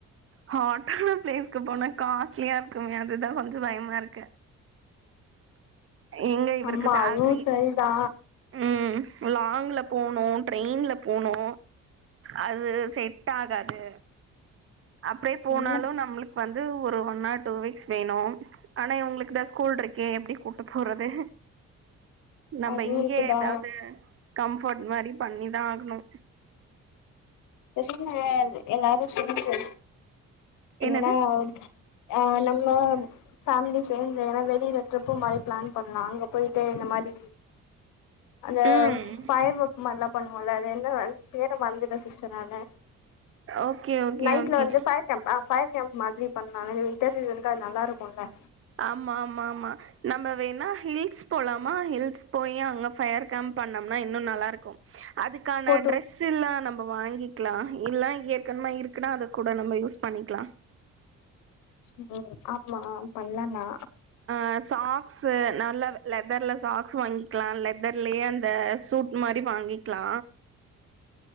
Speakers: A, on the right; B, on the left.
A: ஹார்டான பிளேஸ்க்கு போனா காஸ்ட்லியா இருக்குமே அதுதா கொஞ்ச பயமா இருக்கு எங்க இவருக்கு
B: ஆமா
A: சேல்ரி
B: அதுவு சரிதா
A: ம் லாங்ல போனு ட்ரெயின்ல போனு அது செட் ஆகாது அப்டே போனாலு
B: என்ன
A: நம்மளுக்கு வந்து ஒரு ஒன் ஆர் டூ வீக்ஸ் வேணு ஆனா இவங்களுக்கு தா ஸ்கூல் இருக்கே எப்படி கூட்டு போறது நம்ம
B: அதுவு
A: இங்கேயே
B: இருக்குதா
A: எதாது கம்ஃபோர்ட் மாரி பண்ணிதா ஆகணு
B: பேசாம எல்லாரும் சொல்றது எங்கன்னா
A: என்னது
B: அ நம்ம ஃபேமிலி சேந்து ஏன்னா வெளியில ட்ரிப்பு மாரி பிளான் பண்ணலா அங்க போய்ட்டு இந்த மாரி அந்த
A: ம்
B: பயர் பக்கு மாரல்லா பண்ணுவோல்ல அது என்ன வந் பேர வந்து வ சிஸ் ச்சனன
A: ஓகே ஓகே
B: நைட்ல
A: ஓகே
B: வந்து ஃபயர் கேம் ஆ ஃபயர் கேம் மாதிரி பண்லான்னு வின்டர் சீசனுக்கு அது நல்லாருக்குல்ல
A: ஆமா ஆமா ஆமா நம்ப வேணா ஹில்ஸ் போலாமா ஹில்ஸ் போலாமா ஹில்ஸ் போய் அங்க ஃபயர் கேம்ப் பண்ணம்னா இன்னு நல்லா இருக்கு அதுகான
B: போட்டோ
A: டிரெஸ் ஸ்ல்ல நம்ப வாங்கிக்கலா இல்ல ஏற்கனமா இருக்குன்னா அத கூட நம்ம யூஸ் பண்ணிக்கலா
B: ம் ஆமா பண்லாதா
A: ஆ சாக்ஸு நல்லா லெதர்ல சாக்ஸ் வாங்கிக்கலா லெதர்லயே அந்த சூட் மாரி வாங்கி க்லா